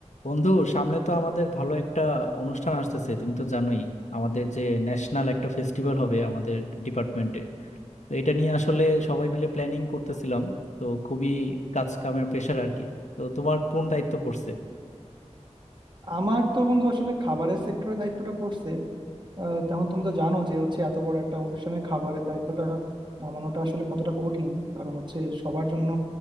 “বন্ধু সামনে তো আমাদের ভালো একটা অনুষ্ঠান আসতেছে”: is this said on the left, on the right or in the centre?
Left